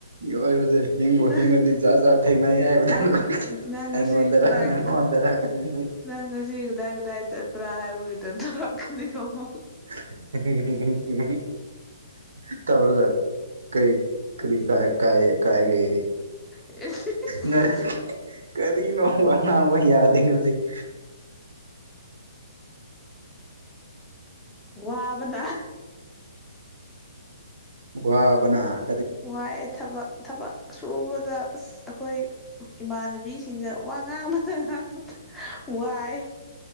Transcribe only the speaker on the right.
ꯌꯣꯑꯏꯕꯈꯤ ꯍꯤꯡꯕꯨ
ꯍꯤꯡꯉꯗꯤ ꯖꯥꯠ ꯖꯥꯠ ꯊꯦꯡꯅꯩ ꯍꯥꯏꯕꯅꯤ
ꯑꯩꯉꯣꯟꯗꯔ
ꯅꯪꯉꯣꯟꯗꯔ ꯈꯪꯗꯦ
<unintelligible> ꯇꯧꯔꯒ ꯀꯔꯤ ꯀꯔꯤ ꯀ ꯀꯥꯏ ꯀꯥꯏꯒꯦ
ꯉ ꯀꯔꯤꯅꯣꯕ ꯉꯥꯡꯅꯥꯕ ꯌꯥꯗꯦ <unintelligible>
ꯋꯥꯕꯅꯥ